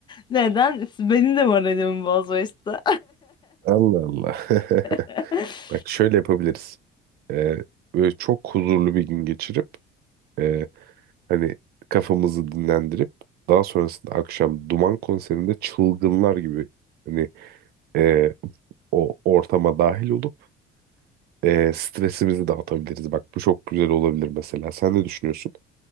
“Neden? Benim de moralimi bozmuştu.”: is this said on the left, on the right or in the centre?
Left